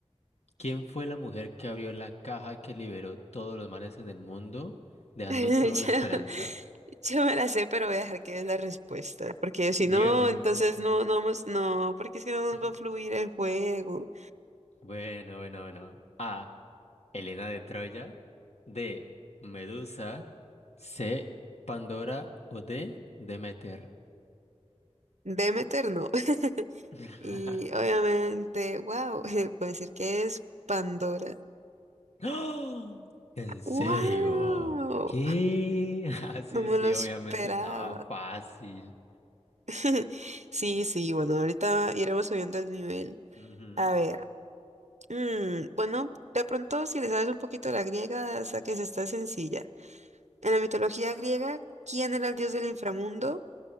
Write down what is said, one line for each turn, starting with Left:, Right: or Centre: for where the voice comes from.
Left: ¿quién fue la mujer que abrió la caja que liberó todos los males en el mundo, dejando
Right: Ya-
Left: solo la esperanza?
Right: Yo, me la sé, pero voy a dejar que es la respuesta. Porque si
Left: Dígame.
Right: no, entonces no, no vamos, no, porque si no
Left: <laughs>
Right: nos va a fluir el juego.
Left: Bueno, bueno, bueno. A. Helena de Troya. D. Medusa. C. Pandora o D. Demeter.
Right: Demeter no. <laughs>
Left: <laughs>
Right: Y obviamente, wow, <laughs> voy a decir que es Pandora.
Left: ¡Ah! ¿En serio?
Right: ¡Wow!
Left: ¿Qué? <laughs> Ah, sí,
Right: No me
Left: sí,
Right: lo esperaba.
Left: obviamente estaba fácil.
Right: <laughs> Sí, sí, bueno, ahorita iremos subiendo el nivel.
Left: Ujú.
Right: A ver. mm, bueno, de pronto, si le sabes un poquito la griega, hasta que se está sencilla. En la mitología griega, ¿quién era el dios del inframundo?